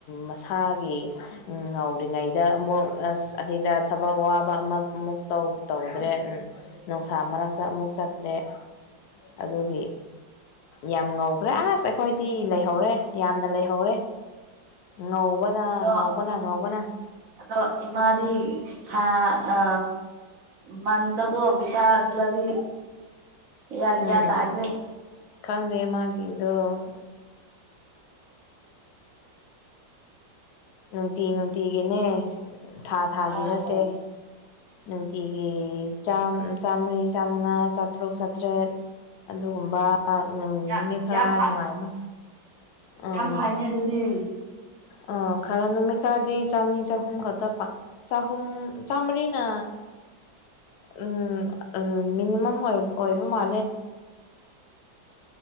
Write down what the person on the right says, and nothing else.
ꯑꯗꯣ
ꯑꯗꯣ ꯏꯃꯥꯗꯤ ꯈꯥ ꯑ ꯃꯗ ꯀꯣ ꯑꯣ ꯄꯩꯁꯥ ꯑꯁꯂꯗꯤ ꯌꯥ
ꯌꯥ ꯇꯥꯖꯦ
ꯑꯣ
ꯌꯥ
ꯌꯥꯝ ꯐ
ꯌꯥꯝ ꯐꯩꯅꯦ ꯑꯗꯨꯗꯤ